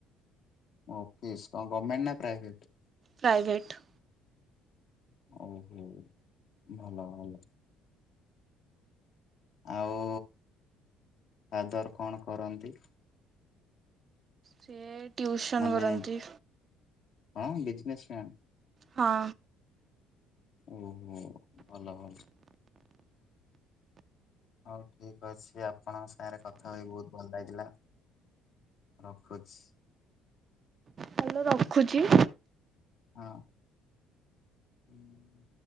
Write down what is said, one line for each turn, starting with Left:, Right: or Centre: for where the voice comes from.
Left: ଅଫିସ୍ କଣ ଗର୍ମେଣ୍ଟ ନା ପ୍ରାଇଭେଟ?
Right: ପ୍ରାଇଭେଟ୍।
Left: ଓହୋ ଭଲ ଭଲ। ଆଉ ଫାଦର କଣ କରନ୍ତି?
Right: ସିଏ ଟିଉସନ୍
Left: ମାନେ
Right: କରନ୍ତି।
Left: କଣ ବିଜନେସ୍ ମ୍ୟାନ୍?
Right: ହଁ।
Left: ଓହୋ ଭଲ ଭଲ। ହଉ ଠିକ ଅଛି ଆପଣଙ୍କ ସାଙ୍ଗରେ କଥା ହୋଇ ବହୁତ୍ ଭଲ ଲାଗିଲା। ରଖୁଛି।
Right: ହାଲୋ ରଖୁଚି।
Left: ହଁ ହୁଁ।